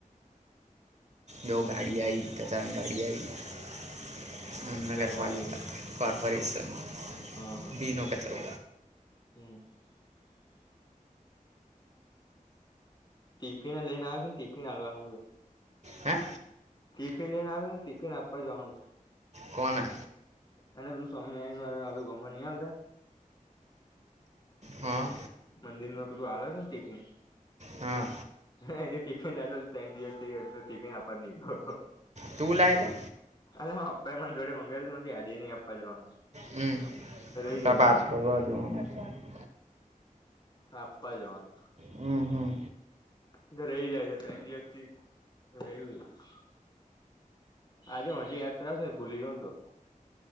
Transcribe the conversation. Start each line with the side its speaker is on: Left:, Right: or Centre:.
Right: જો ગાડી આઈ કચરાની ગાડી આઈ નગરપાલિકા
Left: ગાડી આવી
Right: પાતવરીસન
Left: હ હ
Right: ભીનો કચરો
Left: હમ ટિફિને લઈને આયો છે, ટિફિન આલવાનું છે.
Right: હા.
Left: ટિફિન લઈને આયો ટિફિન આપવા જવાનું.
Right: કોને?
Left: એટલે પેલું સ્વામિનારાયણ વારુ આપને ગોમાં ની ચાલતતે
Right: હ અ
Left: મંદિરમાં પેલું આલે છે ને ટિફિન.
Right: હા
Left: મેં એનું ટિફિન લાવ્લો ત્રણ દિવસ થઈ ગયા હજુ ટિફિન આપવા નહી ગયો.
Right: તું લયલો?
Left: અલા માર પપ્પાએ મન જોડે મંગાવેુ હતું મને યાદી નઈ આપ. જવાનું
Right: હમ
Left: રહી જાય
Right: તાર
Left: છે
Right: પાછળ
Left: મારાથી.
Right: જોવાનું શે
Left: આપવા જવાનું.
Right: હમ્મ હમ્મ.
Left: એ તો રેય જાય છે ત્રણ દિવસથી રેયુ છે. આજે હજી યાદ કરાવશે ભૂલી કેમ ગીયો.